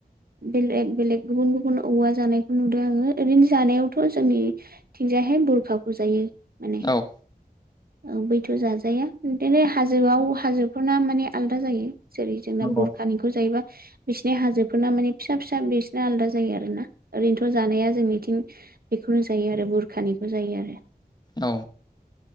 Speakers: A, on the right; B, on the left.
A: बेलेग बेलेग गुबुन गुबुन औवा जानायखौ नुदों आङो। ओरैनो जानायावथ' जोंनि थिंजायहाय बुरखाखौ जायो माने।
B: औ
A: औ बैथ' जाज जाया। बिदिनो हाजोआव हाजोफोरना माने आदा जायो। जेरै जोंना
B: औ
A: बुर खानिखौ जायोबा बिसिनि हाजोफोरना माने फिसा फिसा बिसिना आलादा जायो आरोना। ओरैनोथ' जानाया जोंनिथिं बेखौनो जायो आरो बुरखानिखौ जायो आरो।
B: औ,